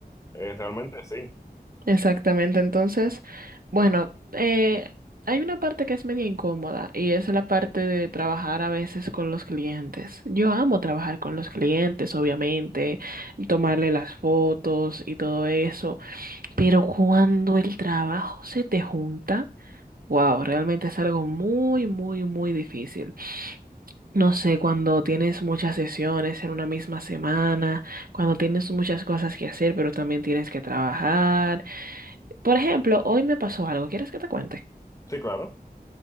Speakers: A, on the left; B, on the right.
A: eh, realmente sí.
B: Exactamente, entonces, bueno, eh, hay una parte que es media incómoda y es la parte de trabajar a veces con los clientes. Yo amo trabajar con los clientes, obviamente, tomarle las fotos y todo eso. Pero cuando el trabajo se te junta, wow, realmente es algo muy, muy, muy difícil. No sé, cuando tienes muchas sesiones en una misma semana, cuando tienes muchas cosas que hacer, pero también tienes que trabajar. Por ejemplo, hoy me pasó algo, ¿quieres que te cuente?
A: Sí, claro.